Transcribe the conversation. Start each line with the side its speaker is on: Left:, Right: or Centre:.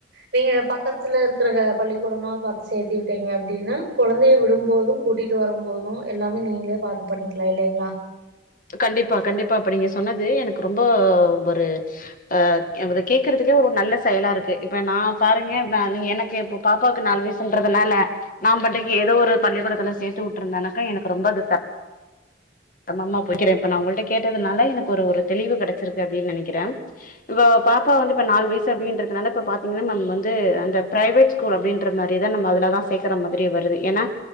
Right: நீங்க பக்கத்துல இருக்கிற பள்ளிக்கூடமா பாத்து சேத்து விட்டீங்க அப்டின்னா குழந்தைய விடும்போதும் கூட்டிட்டு வரும்போது எல்லாமே நீங்களே பாார்த்து பண்ணிக்கலா இல்லைங்களா
Left: கண்டிப்பா கண்டிப்பா இப்ப நீங்க சொன்னது எனக்கு ரொம்ப ஒரு ஆ அது கேக்குறதுக்கே ஒரு நல்ல செயலா இருக்கு இப்ப நா பாருங்க நீ எனக்கு பாப்பாவுக்கு நாலு வயசுன்றதுனால நான் பாட்டுக்கு ஏதோ ஒரு பள்ளிக்கூடத்துல சேத்து விட்டுருந்தனக்கா எனக்கு ரொம்ப அது நம்ம அம்மா போய்க்கிறே இப்ப நா உங்கள்ட்ட கேட்டதுனால எனக்கு ஒரு தெளிவு கிடைச்சிருக்கு அப்படின்னு நினைக்கிறே இப்போ பாப்பா வந்து இப்ப நாலு வயசு அப்படின்றதுனால இப்ப பாத்தீங்கன்னா நாம வந்து அந்த பிரைவேட் ஸ் கூல் அப்டின்ற மாரிதா நம்ம அதுலதா சேக்கர மாரி வருது ஏன்னா